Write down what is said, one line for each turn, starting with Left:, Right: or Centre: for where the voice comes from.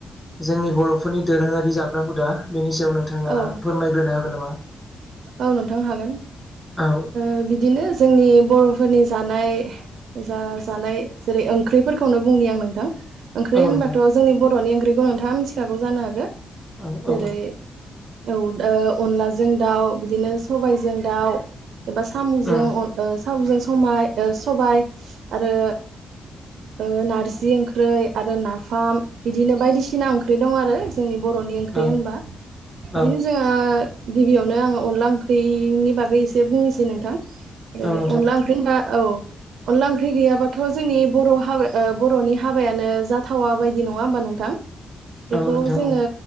Centre: जोंनि बर'फोरनि दोरोङारि जाग्रा हुदा बेनि सायाव नोंथाङा
Right: औ
Centre: फोरमायग्रोनो हागोन नामा?
Right: औ नोंथां हागोन
Centre: औ
Right: ओ बिदिनो जोंनि बर'फोरनि जानाय जा जानाय जेरै ओंख्रिफोरखौनो बुंनि आं नोंथां ओंख्रि
Centre: औ
Right: होनबाथ'
Centre: नोंथां
Right: जोंनि बर'नि ओंख्रिखौ नोंथाङा मिथिखागौ जानो हागो
Centre: औ
Right: जेरै
Centre: औ
Right: औ अनलाजों दाउ, बिदिनो सबायजों दाउ, एबा साम'जों
Centre: उम
Right: अ साम'जों समा सबाय आरो ओ नारजि ओंख्रै आरो नाफाम बिदिनो बायदिसिना ओंख्रि दं आरो जोंनि बर'नि ओंख्रि
Centre: औ
Right: होनबा बिदिनो
Centre: औ
Right: जोंहा गिबियावनो आङो अनला ओंख्रिनि बागै एसे बुंनोसै नोंथां ओ
Centre: औ नोंथां
Right: अनला ओंख्रि होनबा औ अनला ओंख्रि गैयाबाथ' जोंनि बर' हाबा बर'नि हाबायानो जाथावा बायदि नङा होमबा नोंथां
Centre: <inaudible>
Right: बेखौ
Centre: नोंथां
Right: जोङो